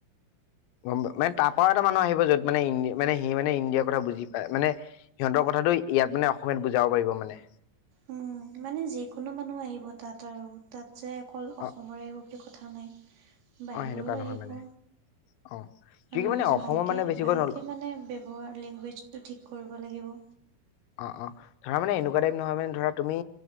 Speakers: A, on the left (about 85°); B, on the right (about 60°).
A: গম মানে তাৰপা এটা মানুহ আহিব যত মানে মানে সি মানে ইণ্ডিয়াৰ কথা বুজি পায় মানে সিহতৰ কথা। কথাটো ইয়াত মানে অসমীয়াত বুজাব পাৰিব মানে।
B: উম, মানে যিকোনো মানুহ আহিব এটা - এটাৰ তাত যে অকল অসমৰে
A: অ
B: হোক কথা নাই বাহিৰৰো
A: অ সেনেকুৱা নহয়
B: আহিব।
A: মানে অ কি
B: আমি
A: কি মানে
B: বাছ
A: অসমৰ
B: ভালকে
A: মানে বেছিকৈ
B: - ভালকে
A: নল
B: মানে ব্যৱহাৰ লেংগুৱেজটো ঠিক কৰিব লাগিব।
A: অ অ ধৰা মানে এনেকুৱা টাইপ নহয় মানে ধৰা তুমি